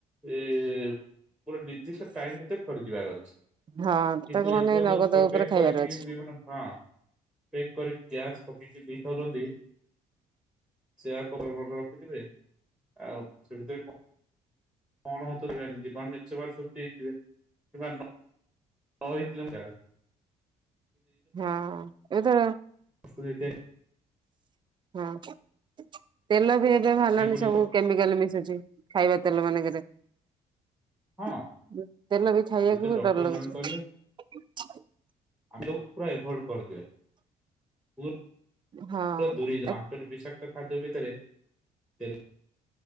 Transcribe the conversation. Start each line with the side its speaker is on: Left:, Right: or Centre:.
Centre: ଏଗୋଟେ ନିର୍ଦ୍ଦିଷ୍ଟ ଟାଇମ୍ ଭିତରେ ପଡ଼ିଯିବାର ଅଛି
Right: ହଁ
Centre: କିନ୍ତୁ
Right: ତାକୁ ମାନେ
Centre: ଏବେ
Right: ନଗଦ ଉପରେ
Centre: ପେକ୍
Right: ଖାଇବାର
Centre: କରିକି
Right: ଅଛି
Centre: ବିଭିନ୍ନ ହଁ ପେକ୍ କରି ଗ୍ୟାସ୍ ପକେଇକି ଦେଇପାରନ୍ତି ସେ <unintelligible> ରଖିଥିବେ ଆଉ ସେ ଭିତରେ କ କଣ <unintelligible> ଜୀବନ ନିଛବ ସକ୍ତି ହେଇଯିବେ କିମ୍ବା ନହେଥିଲେ ଆମେ ଗାଡ଼େ
Right: ହଁ ଏବେତ
Centre: ଉଷୁକ୍ ରେତେ
Right: ହଁପା ତେଲବି ଏବେ ଭାଲାଣି
Centre: ସେଗୁଡିକ
Right: ସବୁ କେମିକାଲ୍ ମିଶୁଛି ଖାଇବା ତେଲ ମାନଙ୍କରେ।
Centre: ହଁ
Right: <inaudible> ତେଲବି ଖାଇବାକୁ
Centre: ସେ ତ
Right: ବହୁତ୍
Centre: ଡକ୍ଟର
Right: ଡ଼ର ଲାଗୁଚି।
Centre: ଜଣେ କହିଲେ ଆମେ ଦୋଉ ପୁରା ଏଭଡ଼ କରିଦିଅ ପୁଅ
Right: ହଁ।
Centre: ଦୂରେଇଯା ପାଞ୍ଚଟି ବିର୍ଷା ଏଟା ଖାଦ୍ୟ ଭିତରେ ତେଲ